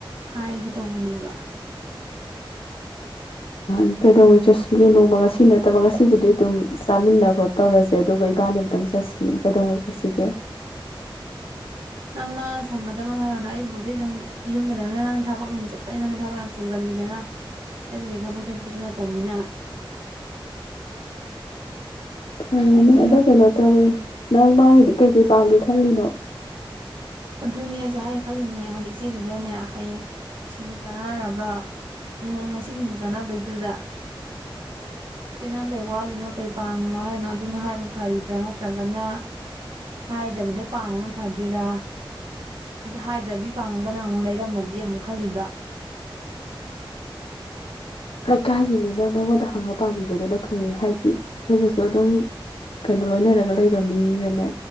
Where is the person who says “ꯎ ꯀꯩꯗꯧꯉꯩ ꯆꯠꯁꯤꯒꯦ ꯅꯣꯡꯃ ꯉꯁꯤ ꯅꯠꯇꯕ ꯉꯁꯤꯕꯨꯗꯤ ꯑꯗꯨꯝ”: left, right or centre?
Left